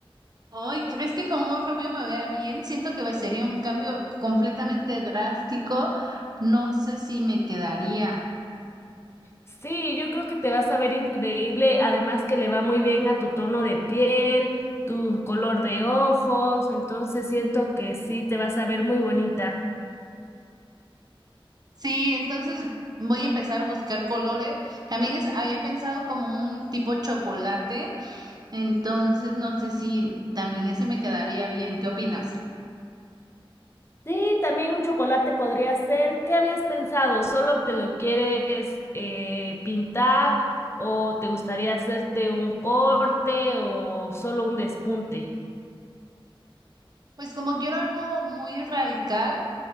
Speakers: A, on the right; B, on the left.
A: Ay, ¿crees que con un rubio me vea bien? Siento que va- sería un cambio completamente drástico. No sé si me quedaría.
B: Sí, yo creo que te vas a ver increíble, además que le va muy bien a tu tono de piel, tu color de ojos, entonces siento que sí, te vas a ver muy bonita.
A: Sí, entonces voy a empezar a buscar colores. También es, había pensado como un tipo chocolate. Entonces no sé si también ese me quedaría bien. ¿Qué opinas?
B: Sí, también un chocolate podría ser. ¿Qué habías pensado? ¿Solo te lo quieres eh, pintar o te gustaría hacerte un corte o solo un despunte?
A: Pues como quiero algo muy radical.